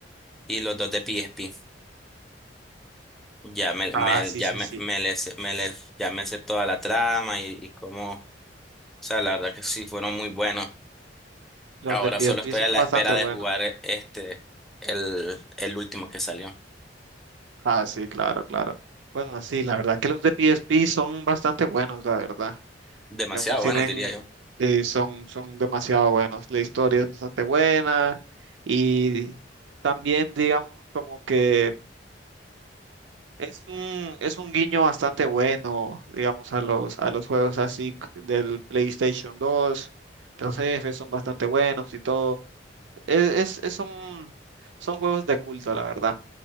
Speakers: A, in the centre; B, on the right.
A: y los dos de PSP. Ya me,
B: Ah,
A: me,
B: sí,
A: ya
B: sí,
A: me,
B: sí.
A: me, le sé- me le- ya me sé toda la trama y, y cómo, o sea, la verdad que sí fueron muy buenos.
B: Los
A: Ahora
B: de PSP
A: solo estoy
B: son
A: a la
B: bastante
A: espera
B: buenos.
A: de jugar eh, este, el, el último que salió.
B: Ah, sí, claro, claro. Bueno, sí, la verdad que los de PSP son bastante buenos, la verdad.
A: Demasiado
B: Digamos, tienen,
A: bueno, diría yo.
B: eh, son, son demasiado buenos. La historia es bastante buena y también, digamos, como que es un, es un guiño bastante bueno, digamos, a los, a los juegos así c- del PlayStation dos Los jefes son bastante buenos y todo. Es, es, es un, son juegos de culto, la verdad.